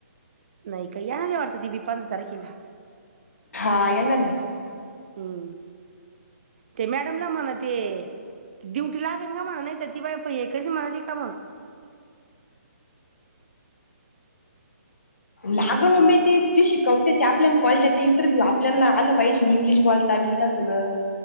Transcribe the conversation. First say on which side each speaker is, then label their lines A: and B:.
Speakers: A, on the right (about 45°); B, on the left (about 65°).
A: नाही काही याल्या वाटत ती बी पंधरा तारखिला
B: हा येणार ना
A: हुं ते मॅडमला म्हण ते ड्युटी लागल का म्हणा <unintelligible> <unintelligible>
B: लाग मम्मी ती ती शिकवते ती आपल्यान कॉल देत इंटरव्ह्यू आपल्याला आलं पाहिजे इंग्लिश बोलता बिलता सगळं